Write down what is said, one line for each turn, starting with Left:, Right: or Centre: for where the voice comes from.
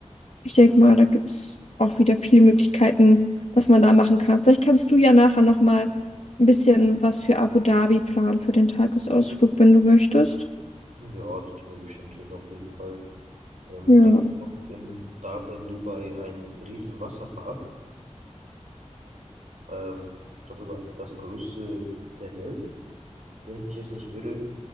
Left: ich denke mal, da gibt es auch wieder viele Möglichkeiten, was man da machen kann. Vielleicht kannst du ja nachher nochmal ein bisschen was für Abu Dhabi planen für den Tagesausflug, wenn du möchtest.
Right: Ja, das kriegen wir bestimmt hin, auf jeden Fall. Ähm,
Left: Ja.
Right: da gibt es noch in, da in Dubai einen riesen Wasserpark. Ähm, ich glaube sogar das größte der Welt, wenn ich mich jetzt nicht irre.